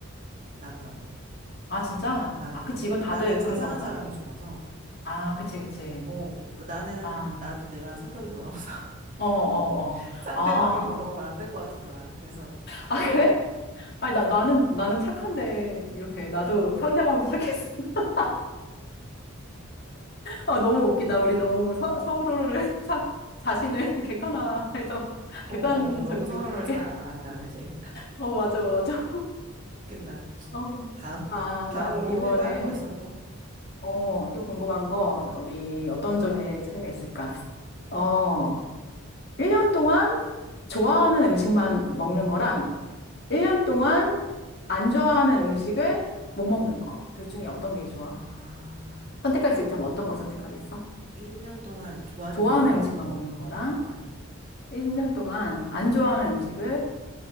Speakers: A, on the right; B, on the left.
A: 나도, 나도,
B: 아, 진짜?
A: 나도.
B: 아, 그치. 이건 다들
A: 나는 자상한
B: 그런가 보다.
A: 사람이 좋아서,
B: 아, 그치, 그치.
A: 어, 나는,
B: 아,
A: 나도 내가 성격이 더러워서
B: 어, 어,
A: <laughs>
B: 어.
A: 상대방이
B: 아,
A: 더러우면 안 될 것 같은 거야. 그래서,
B: 아, 그래? 아니, 나, 나는, 나는 착한데, 이렇게, 나도 상대방도 착했어. <laughs> 아, 너무 웃기다. 우리 너무 서, 서로를, <laughs> 사, 자신을 <laughs> 객관화해서, <laughs>
A: 어,
B: 객관적이지
A: 어, 너무 서로를
B: 못하게.
A: 잘 안다, 그지?
B: 어, 맞아, 맞아.
A: 웃긴다.
B: 어.
A: 다음.
B: 아,
A: 다음,
B: 나,
A: 거
B: 이번에,
A: 혹시 다른 거 있어, 또?
B: 어, 또 궁금한 거, 우리 어떤 점에 차이가 있을까? 어, 1년 동안 좋아하는 음식만 먹는 거랑, 1년 동안 안 좋아하는 음식을 못 먹는 거. 둘 중에 어떤 게 좋아?
A: 아,
B: 선택할 수 있다면 어떤
A: 음.
B: 걸 선택하겠어?
A: 1년 동안 좋아하는
B: 좋아하는
A: 음식만
B: 음식만
A: 먹, 먹,
B: 먹는 거랑
A: 거야
B: 1년 동안
A: 음,
B: 안 좋아하는 음식을